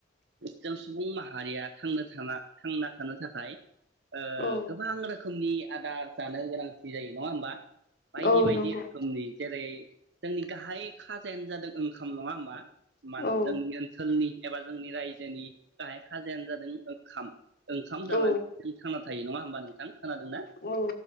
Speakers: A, on the right; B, on the left.
A: जों सुबुं माहारिया थांनो थाना थांना थानो थाखाय ओ
B: औ
A: गोबां रोखोमनि आदार जानो गोनांथि जायो नङा होमबा? बायदि
B: औ
A: बायदि
B: नंगौ
A: रोखोमनि जेरै जोंनि गाहाय खाजायानो जादों ओंखाम नङा होमबा? मानो
B: औ
A: जोंनि ओनसोलनि एबा जोंनि रायजोनि गाहाय खाजायानो जादों ओंखाम ओंखाम जानानै
B: औ
A: जों थांना था यो नङा होमबा नोंथां खोनादोंनाा
B: औ